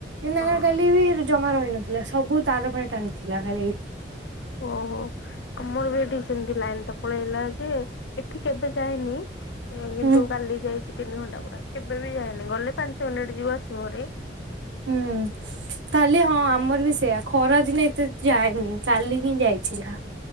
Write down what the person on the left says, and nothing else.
ହଁ।
ଓହୋ ଆମର ବି ଏଠି ସେମତି ଲାଇନ ତ ପଳେଇଲା ଯେ ଏଠି କେବେ ଯାଏନି। କିନ୍ତୁ
କାଲି ଯାଇଛି ତିନି ଘଣ୍ଟା ପୁରା କେବେ ବି ଯାଏନି ଗଲେ ପାଞ୍ଚ ମିନିଟ ଯିବ ଆସିବ ହେରି।